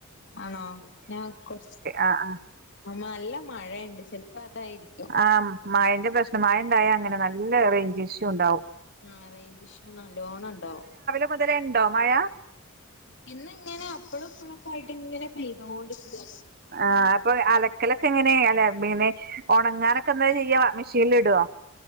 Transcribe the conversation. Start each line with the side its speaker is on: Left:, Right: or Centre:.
Left: ആണോ ഞാൻ കുറച്ച്
Right: ആ ആ
Left: നല്ല മഴയുണ്ട് ച അപ്പ അതായിരിക്കും.
Right: ആഹ് മഴന്റെ പ്രശ്നം മഴ ഉണ്ടായ അങ്ങനെ നല്ല റേഞ്ച് ഇഷ്യൂ ഉണ്ടാവും.
Left: ആ റേഞ്ച് ഇഷ്യൂ നല്ലോണം ഉണ്ടാവും.
Right: അപ്പം ഇത് വരെ ഉണ്ടോ മഴ?
Left: ഇന്ന് ഇങ്ങനെ അപ്പഴും ഇപ്പോഴൊക്കെ ആയിട്ട് ഇങ്ങനെ ചെയ്തോണ്ടിരിക്ക
Right: ആ അപ്പൊ അലക്കലൊക്കെ എങ്ങനെയ അല്ല പിന്നെ ഉണങ്ങാനൊക്കെ എന്താ ചെയ്യാ മെഷീനിൽ ഇടോ?